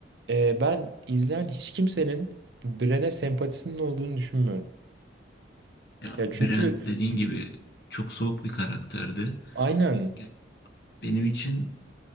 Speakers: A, on the right; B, on the left.
A: e, ben izleyen hiç kimsenin Bren'e sempatisinin olduğunu düşünmüyorum.
B: Ya
A: Ya çünkü
B: Bren dediğin gibi çok soğuk bir karakterdi.
A: aynen
B: Ge- Benim için